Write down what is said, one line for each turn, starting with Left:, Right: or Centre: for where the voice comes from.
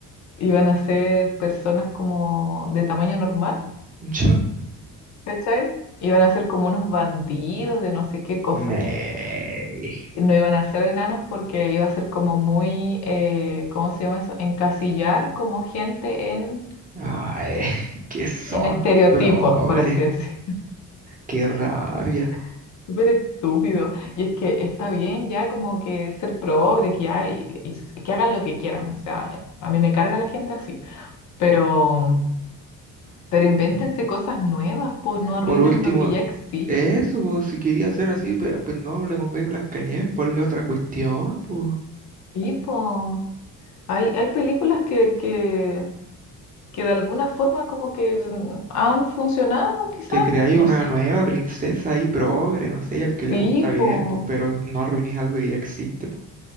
Left: iban a ser personas como de tamaño normal,
Right: <laughs> Yo.
Left: ¿cachai? Iban a ser como unos bandidos de no sé qué cosa.
Right: Me.
Left: Y No iban a ser enanos porque iba a ser como muy, eh, ¿cómo se llama eso? Encasillar como gente en,
Right: Ay, <laughs> que son
Left: en estereotipos,
Right: progres.
Left: por así decir.
Right: Qué rabia.
Left: <laughs> Súper estúpido. Y es que está bien ya como que ser progres ya y, y s- que hagan lo que quieran. O sea, a mí me carga la gente así. Pero, pero invéntense cosas nuevas, pues no arruinen
Right: Por último,
Left: lo que ya existe.
Right: Eso, pues, si quería hacer así, pe- pues, no le pongáis Blancanieves, ponle otra cuestión, pues.
Left: Sí, po. Hay, hay películas que, que, que de alguna forma como que mm, han funcionado, quizás,
Right: Te creáis
Left: no
Right: una
Left: sé.
Right: nueva princesa ahí progre, no sé, y al que le
Left: Sí,
Right: gusta bien,
Left: po.
Right: pues, pero no arruinéis algo que ya existe, pues.